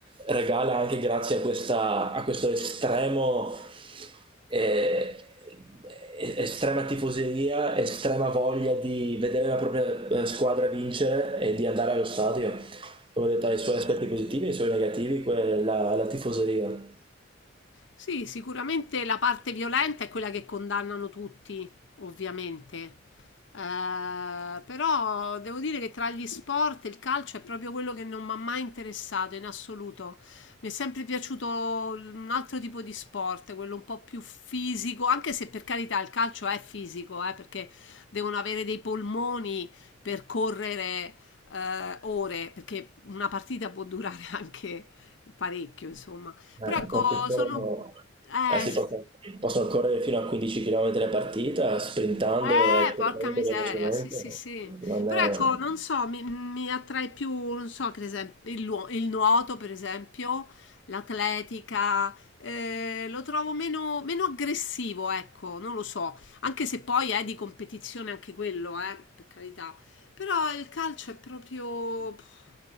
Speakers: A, on the right; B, on the left.
A: regala anche grazie a, questa, a questo estremo eh, eh, estrema tifoseria, estrema voglia di vedere la propria eh, squadra vincere e di andare allo stadio. Come detto, ha i suoi aspetti positivi e i suoi negativi, quella, la tifoseria.
B: Sì, sicuramente la parte violenta è quella che condannano tutti, ovviamente. Eh, però devo dire che tra gli sport il calcio è proprio quello che non mi ha mai interessato in assoluto. Mi è sempre piaciuto un altro tipo di sport, quello un po' più fisico, anche se per carità il calcio è fisico, eh, perché devono avere dei polmoni per correre eh, ore, perché una partita può durare <laughs> anche parecchio, insomma.
A: Eh,
B: Però ecco,
A: possono correre-
B: sono... Eh,
A: eh sì,
B: s-
A: possono, possono correre fino a 15 km a partita, sprintando
B: eh,
A: e correndo
B: porca miseria,
A: velocemente.
B: sì, sì, sì.
A: Non
B: Però
A: è-
B: ecco, non so, mi, mi attrae più, non so, per esempio, il, luo- il nuoto, per esempio, l'atletica, eh, lo trovo meno, meno aggressivo, ecco, non lo so. Anche se poi è di competizione anche quello, eh, per carità. Però il calcio è proprio... pff,